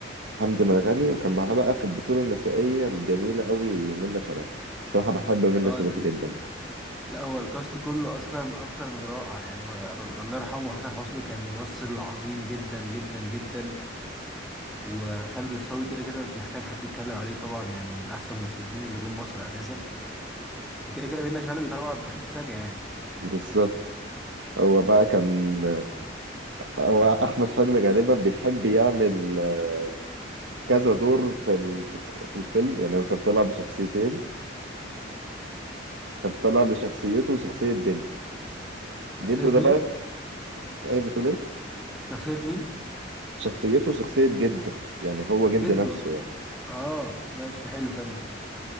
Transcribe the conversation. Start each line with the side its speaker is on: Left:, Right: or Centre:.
Right: حمزة مرغني وكان معاه بقى في البطولة النسائية الجميلة قوي منة شلبي بصراحة بحب منة
Centre: اه
Right: شلبي
Centre: ده اللي
Right: جدا
Centre: هو يعني. لا هو الكاست كله اصلا اكتر من رائع يعني و- الله يرحمه حسن حسني كان ممثل عظيم جدا جدا جدا وخالد الصاوي كده كده مش محتاج حد يتكلم عليه طبعا يعني من احسن الممثلين اللي جم مصر اساسا وكده كده بينا شلبي طبعا في حتة تانية يعني
Right: بالظبط هو بقى كان هو احمد حلمي غالبا بيحب يعمل آه، كذا دور في ال- في الفيلم يعني هو كان طلع بشخصيتين كان طلع بشخصيته وشخصية جده جده
Centre: شخصية
Right: ده
Centre: مين
Right: بقى ايه بتقول ايه
Centre: شخصية مين
Right: شخصيته وشخصية جده يعني هو جد
Centre: جدو
Right: نفسه يعني
Centre: اه ماشي حلو كمل